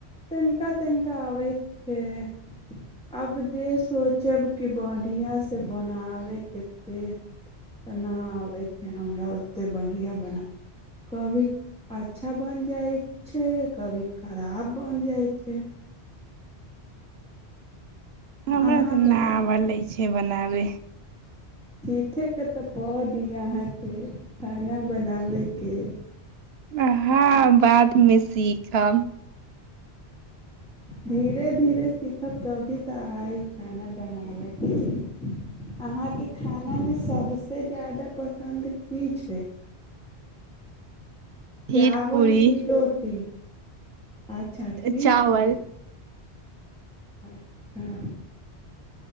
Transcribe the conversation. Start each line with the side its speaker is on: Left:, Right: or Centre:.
Centre: तनिका तनिका अबैत छै आब जे सोचब कि बढ़िआँसँ बनाबयकेतेक तेना आबै छै हमरा ओतेक बढ़िआँ बना कभी अच्छा बनि जाइ छै कभी खराब बनि जाइ छै
Right: हमरा
Centre: अहाँ
Right: तऽ
Centre: बताउ
Right: नब ले छै बनाबै
Centre: सीखयके तऽ पड़ दी अहाँके खाना बनाबयके
Right: आहँ बादमे सीखा
Centre: धीरे धीरे सीखब तभी तऽ अहाँ खाना बनाबैके अहाँके खानामे सबसँ ज्यदा पसन्द की छै
Right: खीर
Centre: चावल
Right: पूरी
Centre: की रोटी अच्छा खीर
Right: चावल
Centre: पूरी अच्छा